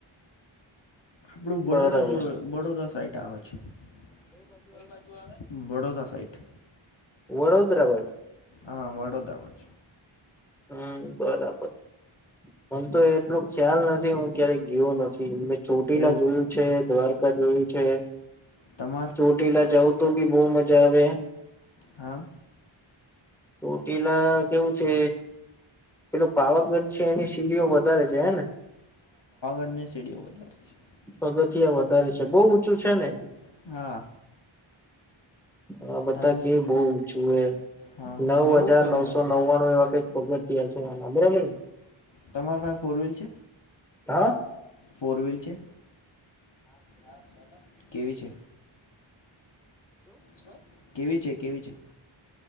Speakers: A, on the left (about 60°); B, in the centre.
A: વડોદરા
B: બરાબર
A: જોડે વડોદરા સાઈટ આવે છે કઈ બાજુ આવે વડોદરા સાઇટ
B: વડોદરા બાજુ
A: હા વડોદરા માં
B: હમ બરાબર હમ તો એટલો ખ્યાલ નથી હું ક્યારેક ગીયો નથી મેં ચોટીલા
A: એવું
B: જોયું છે દ્વારકા જોયું છે
A: તમ
B: ચોટીલા જાવું તો બી બો મજા આવે
A: હા
B: ચોટીલા કેવું છે પેલું પાવાગઢ છે એની સીડીઓ વધારે છે હેને
A: <inaudible> છે
B: પગથિયાં વધારે છે બો ઊંચું છે ને
A: છે હા
B: હા બધા
A: તમ
B: કે બો ઊંચું હોય
A: હા
B: નવ
A: મેં એવું
B: હજાર
A: કતો
B: નવસો
A: હતો
B: નવ્વાણું એવા કઈક પગથિયાં છેઆના બરાબર ને
A: તમારા પાહે ફોર વ્હીલ છે
B: હ
A: ફોર વ્હીલ છે હા છે ને કેવી છે શું કેવી છે કેવી છે